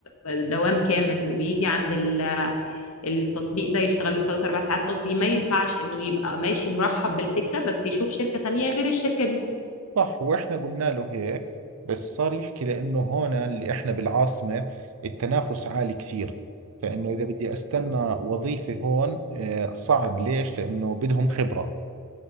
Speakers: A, on the left; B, on the right.
A: دوام كامل ويجي عند ال- التطبيق ده يشتغل له 3 4 ساعات قصدي ما ينفعش انه يبقى ماشي مرحب بالفكرة بس يشوف شركة تانية غير الشركة دي
B: صح وإحنا قلنا له هيك بس صار يحكي لأنه هون اللي إحنا بالعاصمة التنافس عالي كثير فإنه إذا بدي أستنى وظيفة هون آه، صعب ليش؟ لأنه بدهم خبرة